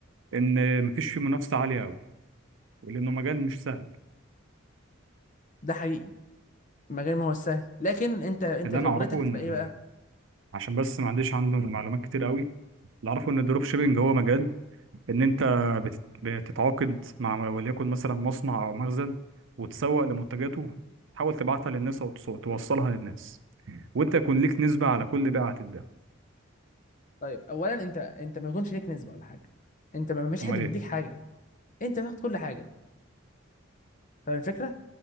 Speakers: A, on the right; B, on the left.
A: إن مفيش فيه منافسة عالية أوي ولأنه مجال مش سهل
B: ده حقيقي المجال ما هو السهل لكن انت انت
A: اللي
B: شغلتك
A: انا اعرفه
B: هتبقى
A: ان ال...
B: ايه بقى
A: عشان بس ما عنديش عنده معلومات كتير قوي اللي اعرفه ان الدروب شيبينج هو مجال ان انت بت- بتتعاقد مع وليكن مثلا مصنع او مخزن وتسوق لمنتجاته تحاول تبعتها للناس او تص- توصلها للناس وانت يكون ليك نسبة على كل بيعة هتتباع
B: طيب اولا انت انت ما يكونش ليك نسبه ولا حاجه انت ما مش
A: امال
B: حد بيديك
A: ايه
B: حاجه انت تاخد كل حاجه فاهم الفكره